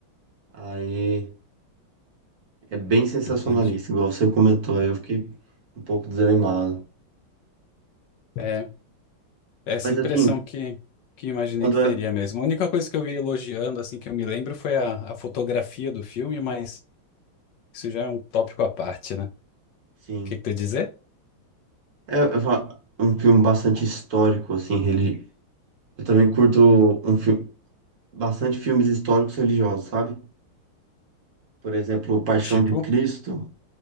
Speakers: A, on the right; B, on the left.
A: Aí. É bem sensacionalista,
B: entendi.
A: igual você comentou, aí eu fiquei um pouco desanimado.
B: É, é essa
A: Mas
B: impressão
A: assim,
B: que, que imaginei
A: quando
B: que
A: é.
B: teria mesmo. A única coisa que eu vi elogiando, assim, que eu me lembro foi a, a fotografia do filme, mas isso já é um tópico à parte, né? O
A: Sim.
B: que que tu ia dizer?
A: É, eu falo, um filme bastante histórico, assim, reli... eu também curto um filme, bastante filmes históricos religiosos, sabe? Por exemplo, Paixão
B: Tipo,
A: de Cristo,